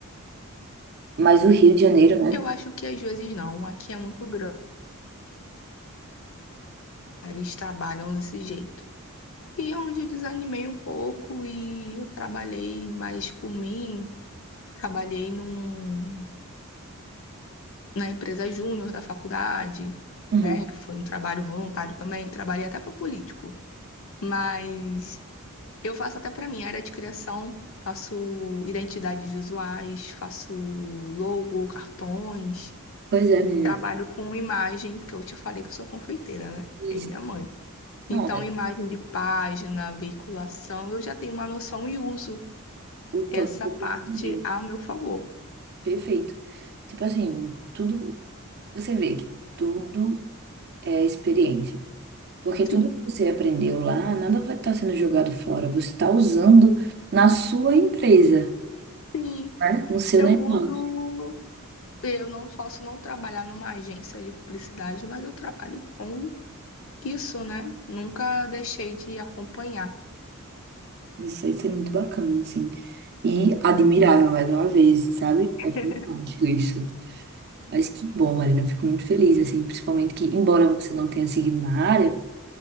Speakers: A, on the right; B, on the left.
A: mas o Rio de Janeiro, né?
B: eu acho que às vezes não, aqui é muito grande, eles trabalham desse jeito. E é onde eu desanimei um pouco e eu trabalhei mais por mim, trabalhei num, na empresa júnior da faculdade,
A: Uhum.
B: né? Que foi um trabalho voluntário também. Trabalhei até para político, mas eu faço até para mim. área de criação. Faço identidades visuais, faço logo, cartões,
A: Pois é, menina.
B: trabalho com imagem, porque eu te falei que eu sou confeiteira, né?
A: Isso.
B: Eu e minha mãe.
A: Não,
B: Então,
A: é
B: imagem de página, veiculação, eu já tenho uma noção e uso
A: o
B: essa
A: todo foi
B: parte
A: conhecimento.
B: a meu favor.
A: Perfeito. Tipo assim, tudo. Você vê que tudo é experiência. Porque tudo
B: Sim,
A: que você aprendeu lá, nada vai estar sendo jogado fora. Você está usando na sua empresa,
B: sim,
A: né? No seu
B: eu
A: negócio.
B: uso Eu não posso não trabalhar numa agência de publicidade, mas eu trabalho com isso, né? Nunca deixei de acompanhar.
A: Isso aí ser muito bacana, assim. E admirável, mais uma vez, sabe? É fantástico
B: <laughs>
A: isso. Mas que bom, Marina. Eu fico muito feliz, assim. Principalmente que, embora você não tenha seguido na área,